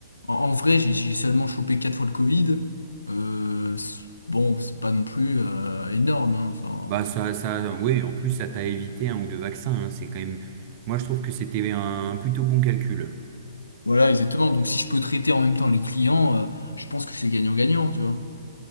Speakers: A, on the left; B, on the right.
A: En, en vrai, j'ai j'ai seulement chopé quatre fois le Covid. Euh, c'est- bon, c'est pas non plus euh, énorme. hein. Enfin,
B: Bah ça, ça, oui, en plus, ça t'a évité un ou deux vaccins, hein, c'est quand même. Moi, je trouve que c'était un plutôt bon calcul.
A: voilà, exactement. Donc si je peux traiter en même temps les clients, euh, je pense que c'est gagnant-gagnant, tu vois.